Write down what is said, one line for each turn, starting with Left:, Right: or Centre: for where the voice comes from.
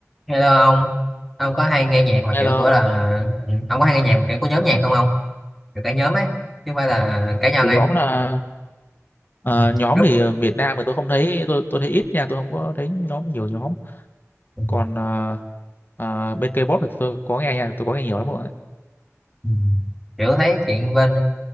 Centre: Hello ông, ông có hay nghe nhạc mà
Left: hay
Centre: kiểu
Left: là
Centre: của là ừ, ông có hay nghe nhạc mà kiểu của nhóm nhạc không ông? Kiểu cả nhóm ấy, chứ không phải là cá nhân
Left: của
Centre: ấy.
Left: nhóm là ờ,
Centre: Ừ,
Left: nhóm
Centre: Group.
Left: thì ờ, Việt Nam thì tôi không thấy tôi tôi thấy ít nha tôi không có thấy nhóm nhiều nhóm
Centre: Ừ.
Left: còn ờ, ờ, bên K-pop thì tôi có nghe nha tôi có nghe nhiều lắm rồi
Centre: ừ. Kiểu thấy chuyện bên